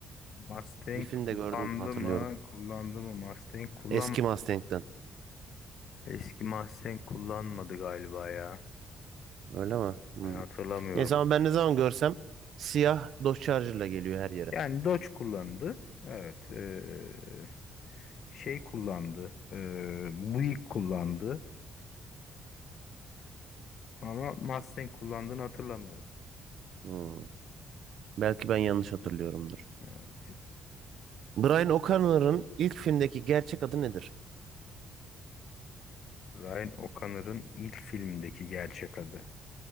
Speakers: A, on the left; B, on the right.
A: Mustang
B: Bir filmde
A: kullandı
B: gördüğüm gibi hatırlıyorum.
A: mı? Kullandı mı Mustang? Kullan
B: Eski Mustang'den.
A: Eski Mustang kullanmadı galiba ya.
B: Öyle mi? Hmm.
A: Ben hatırlamıyorum.
B: Neyse ama ben ne zaman görsem siyah Dodge Charger'la geliyor her yere.
A: Yani Dodge kullandı. Evet. ee, şey kullandı. ee, Buick kullandı. Ama Mustang kullandığını hatırlamıyorum.
B: Hmm. Belki ben yanlış hatırlıyorumdur.
A: Evet.
B: Brian O'Connor'ın ilk filmdeki gerçek adı nedir?
A: Ryan O'Connor'ın ilk filmdeki gerçek adı.